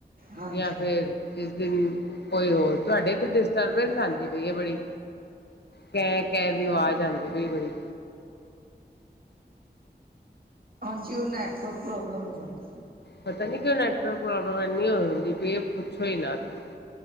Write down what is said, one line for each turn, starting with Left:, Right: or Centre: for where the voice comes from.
Right: ਹਾਂਜੀ
Left: ਜਾਂ ਫੇਿਰ ਜਿਸ ਦਿਨ ਕੋਈ ਹੋਰ ਤੁਹਾਡੇ ਤੇ ਡਿਸਟਰਬੈਂਸ ਆਉਂਦੀ ਪਈ ਹੈ ਬੜੀ ਕੈਂ ਕਹਿ ਦੀ ਆਵਾਜ਼ ਆਉਂਦੀ ਪਈ ਬੜੀ
Right: ਹਾਂਜੀ ਉਹ ਨੈਟਵਰਕ ਪ੍ਰੋਬਲਮ ਹੋ ਜਾਂਦਾ ਨਾ ਕਈ
Left: ਪਤਾ
Right: ਵਾਰ
Left: ਨੀ ਕਿ ਨੈਟਵਰਕ ਪ੍ਰੋਬਲਮ ਐੰਨੀ ਹੋ ਹੁੰਦੀ ਇਹ ਪੁੱਛੋ ਹੀ ਨਾ ਤੁਸੀਂ